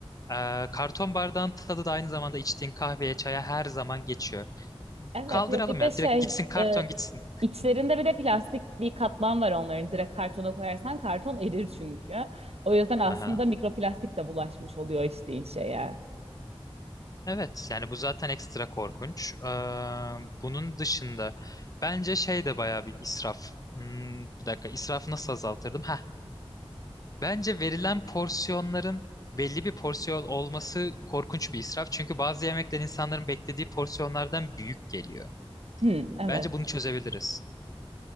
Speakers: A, on the left; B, on the right.
A: Ee, karton bardağın tadı da aynı zamanda içtiğin kahveye, çaya her zaman geçiyor.
B: Evet
A: Kaldıralım
B: ya bir de
A: ya.
B: şey
A: Direkt gitsin karton
B: e,
A: gitsin.
B: İçlerinde bir de plastik bir katman var onların. Direkt kartona koyarsan karton erir çünkü. O yüzden aslında
A: Aha.
B: mikroplastik de bulaşmış oluyor içtiğin şeye.
A: Evet yani bu zaten ekstra korkunç. Ee, bunun dışında bence şey de bayağı bir israf. Hmm, bir dakika israfı nasıl azaltırdım? Heh. Bence verilen porsiyonların belli bir porsiyon olması korkunç bir israf. Çünkü bazı yemekler insanların beklediği porsiyonlardan büyük geliyor.
B: Hı, evet.
A: Bence bunu çözebiliriz.